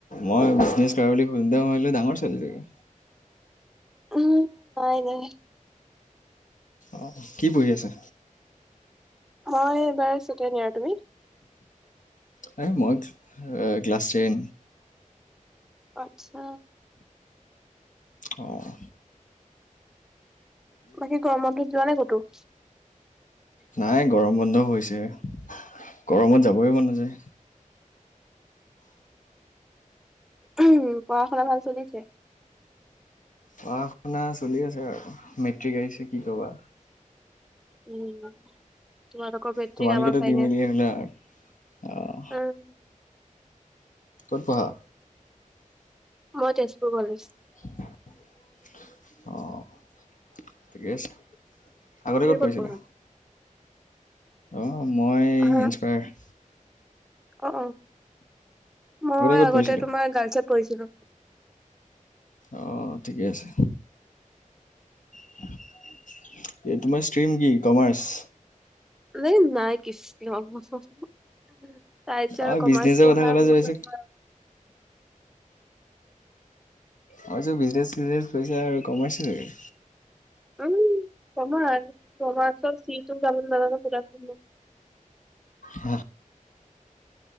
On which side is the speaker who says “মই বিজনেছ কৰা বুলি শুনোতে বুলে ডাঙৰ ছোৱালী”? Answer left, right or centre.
Left